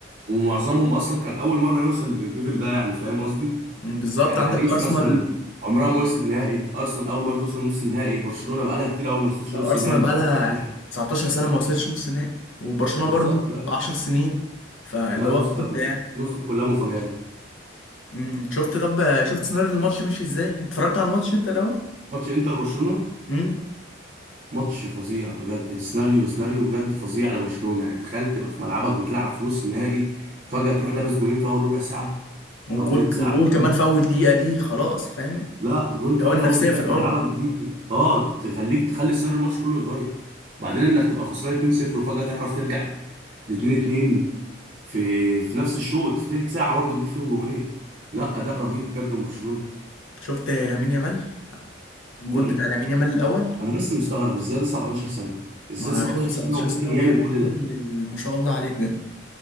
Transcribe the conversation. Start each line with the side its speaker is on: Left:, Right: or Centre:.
Right: ومعظمهم اصلا كان اول مره يوصل للليفل ده يعني فاهم قصدي
Left: بالظبط
Right: يعني
Left: عندك
Right: باريس
Left: أرسنال
Right: مثلا عمرها ما وصلت نهائي ارسنال اول مره توصل نص نهائي برشلونه بقى لها كتير قوي ما وصلتش
Left: ارسنال
Right: نص نهائي من
Left: بقى
Right: 2019
Left: لها 19 سنه ما وصلتش نص نهائي وبرشلونه
Right: بالظبط
Left: برضو
Right: لا
Left: 10 سنين فاللي
Right: لا
Left: هو
Right: نسخة
Left: مت يعني
Right: نسخة كلها مفاجآت
Left: امم شفت طب شفت سيناريو الماتش مشي ازاي اتفرجت على الماتش انت الاول
Right: ماتش انتر برشلونة
Left: امم
Right: ماتش فظيع بجد سيناريو سيناريو بجد فظيع لبرشلونة يعني تخيل تبقى في ملعبك بتلعب في نص النهائي فجأة تروح لابس جونين في أول ربع ساعة
Left: وجول
Right: أو تلت ساعة
Left: وجول
Right: كمان
Left: كمان في اول دقيقه دي خلاص فاهم
Right: لا جون كمان
Left: لو النفسيه
Right: في أول دقيقة
Left: في
Right: في
Left: الارض
Right: ملعبك دي اه تخليك تخلي سيناريو الماتش كله يتغير وبعدين إنك تبقى خسران 2-0 وفجأة تعرف ترجع ل 2-2 في في نفس الشوط في تلت ساعة برضه تجيب فيهم جونين لا
Left: مم.
Right: أداء رهيب بجد من برشلونة
Left: شفت لامين يامال الجول
Right: لعيب
Left: بتاع لامين يامال الاول
Right: انا بس مستغرب ازاي ده 17 سنه ازاي
Left: ما
Right: 17
Left: شفت 19
Right: سنه وممكن
Left: سنه وبيعمل
Right: يعمل كل
Left: كل
Right: ده
Left: ال- ما شاء الله عليه بجد